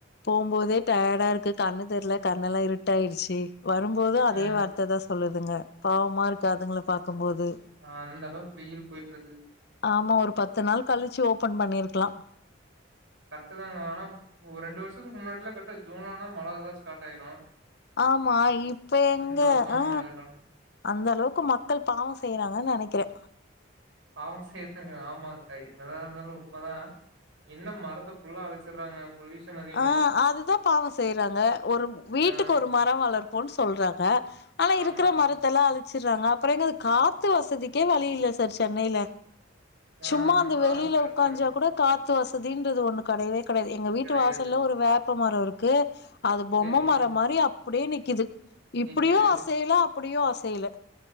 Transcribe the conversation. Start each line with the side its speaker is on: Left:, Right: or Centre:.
Left: போவும்போதே டயடா இருக்கு கண்ணு தெர்ல கண்ணெல்லா இருட்டாயிடுச்சு வரும்போதூ அதே
Right: ம்,
Left: வார் த்ததா சொல்லுதுங்க பாவமா இருக்கு அதுங்கள பாக்கம் போது
Right: ஆ அந்த அளவு வெயில் போயிட்ருக்கு
Left: ஆமா ஒரு பத்து நாள் கழிச்சு ஓப்பன் பண்ணிருக்கலா
Right: கரெக்ட்டுதாங்க ஆனா ஒ ரெண்டு வருஷத்துக்கு முன்னாட்லா கரெக்டா ஜூன் ஆனா மழ எல்லா ஸ்டாட் ஆயிடூ
Left: ஆமா இப்ப எங்க
Right: வருஷமும்
Left: ஆ
Right: மழைய காணோம்.
Left: அந்த அளவுக்கு மக்கள் பாவோ செய்றாங்க நெனக்கிறே
Right: பாவோ செய்றாங்க ஆமா அக்கா என்ன தா இருந்தாலு உண்மதா என்ன மரத்த ஃபுல்லா அழிச்சிட்றாங்க பொல்யூஷன் அதி
Left: ஆ அதுதா பாவோ செய்றாங்க ஒரு வீட்டுக்கு
Right: ஆ,
Left: ஒரு மரோ வளர்ப்போன் சொல்றாங்க ஆனா இருக்ற
Right: ஆமா.
Left: மரத் த்தெல்லா அழிச்சர்றாங்க அப்பறோ எங்க அது காத்து வசதிக்கே வழி இல்ல சார் சென்னைல
Right: ஆஹ,
Left: சும்மா அந்த
Right: ஆ
Left: வெளியில
Right: கரெக்ட்
Left: உக்காஞ்சா
Right: தாங்க.
Left: கூட காத்து வசதின்றது ஒண்ணு கடையவே கடையாது எங்க வீட்டு
Right: கிடையாது.
Left: வாசல்ல ஒரு வேப்ப மரோ இருக்கு அது பொம்ம
Right: சரிங்க.
Left: மர மாரி அப்டியே நிக்குது இப்டியு
Right: நிக்குது.
Left: அசையல அப்டியு அசையல